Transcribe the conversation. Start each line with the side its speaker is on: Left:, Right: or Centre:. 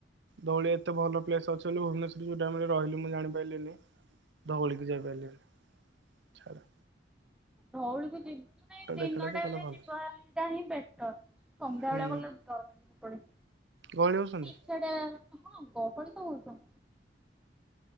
Right: ଦଉଳି ଏତେ ଭଲ ପ୍ଲେସ ଅଛି ବୋଲି, ଭୁବନେଶ୍ୱରରେ ଯୋଉ ଟାଇମରେ ରହିଲି, ମୁଁ ଜାଣିପାରିଲିନି। ଧଉଳି କୁ ଯାଇପାରିଲିନି, ଛାଡ଼।
Centre: ଧଉଳିକୁ ଯିବିନିମାନେ, ଦିନ
Right: ଦେଖିଲା ଯେ
Centre: ଟାଇମ
Right: କହିଲା
Centre: ରେ
Right: ଭଲ
Centre: ଯିବା ଟା ହିଁ ବେଟର। ସନ୍ଧ୍ୟା
Right: ହୁଁ
Centre: ବେଳେ ଗଲେ ଡର ଲାଗିବ ପୁଣି,
Right: ଗହଳି ହଉଛନ୍ତି?
Centre: ନାଇଁ ସେଠି ହଁ। ଗହଳିତ ବହୁତ।